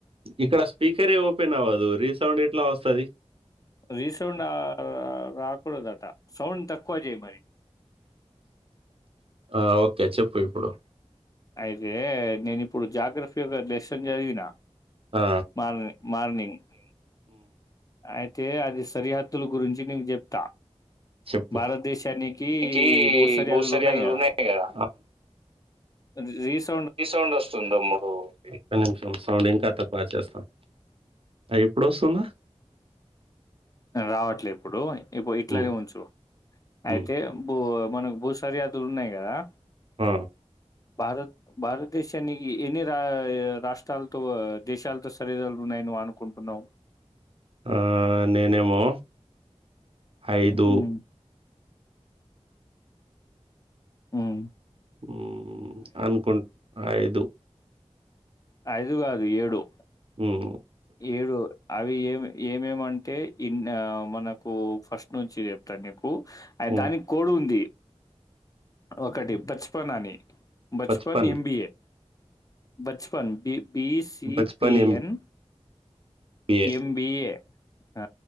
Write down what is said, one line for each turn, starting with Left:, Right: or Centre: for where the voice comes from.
Right: ఇక్కడ స్పీకరే ఓపెన్ అవ్వదు రీ సౌండ్ ఎట్లా వస్తది
Left: రీసౌండ్ ఆ రాకుడదట సౌండ్ తక్కువ చేయీ మరి
Right: ఆ ఓకే చెప్పు ఇప్పుడు
Left: అయితే నేను ఇప్పుడు జాగ్రఫీ ఒక లెసన్ చదివిన
Right: ఆ
Left: మార్ని మార్నింగ్ అయితే అది సరిహద్దుల గురించి నీకు చెప్తా
Right: చెప్పు
Left: భారతదేశానికి
Right: కి
Left: భూసరి
Right: భూ
Left: హద్దులునాయి
Right: సర్యాదులు
Left: కద
Right: ఉన్నాయి కదా
Left: ర <unintelligible>
Right: రే సౌండ్ వస్తుంది తమ్ముడు ఒక్క నిమిషం సౌండ్ ఇంకాత వచేస్తాం ఎప్పుడు వస్తుందా
Left: రావట్లే ఇప్పుడు ఇప్పు ఇట్లనే
Right: ఉమ్
Left: ఉంచు అయితే
Right: ఉమ్
Left: బూ మనకు భూ సరిహద్దులు ఉన్నాయి కదా
Right: హ
Left: భారత్ భారతదేశానికి ఎన్ని రా రాష్ట్రాలతో దేశాలతో సరిహద్దులు ఉన్నాయి నేను అనుకుంటున్నావు
Right: ఆ నేనేమో ఐదు
Left: హ్మ్. ఉం
Right: ఉం అనుకుంట ఐదు
Left: ఐదు కాదు ఏడు
Right: ఉం
Left: ఏడు అవి ఏమి ఏమేమంటే ఇ మనకు ఫస్ట్ నుంచి చెప్తాను నీకు
Right: ఉమ్
Left: దానికి కోడు ఉంది ఒకటి బచపన్ అని Bachpan
Right: Bachpan
Left: MBA Bachpan B B CPN
Right: Bachpan MBA
Left: M B A ఆ